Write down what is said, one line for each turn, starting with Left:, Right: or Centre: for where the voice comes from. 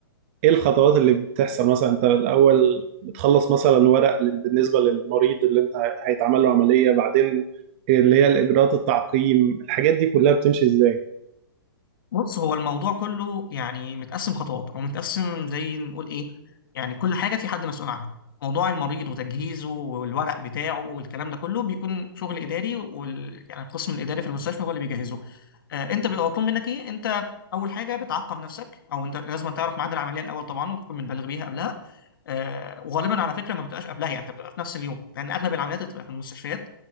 Right: ايه الخطوات اللي بتحصل مثلا انت الاول بتخلص مثلا ورق لل- بالنسبة للمريض اللي انت هي- هيتعمل له عملية بعدين اللي هي الاجراءات التعقيم الحاجات دي كلها بتمشي ازاي
Left: بص هو الموضوع كله يعني متقسم خطوات او متقسم زي نقول ايه يعني كل حاجه في حد مسؤول عنها موضوع المريض وتجهيزه والورق بتاعه والكلام ده كله بيكون شغل اداري وال... يعني القسم الاداري في المستشفى هو اللي بيجهزه آه انت بيبقى مطلوب منك ايه انت اول حاجه بتعقم نفسك او انت لازم تعرف ميعاد العمليه الاول طبعا وتكون متبلغ بيها قبلها آه وغالبا على فكره ما بتبقاش قبلها يعني انت بتبقى في نفس اليوم لان اغلب العمليات بتبقى في المستشفيات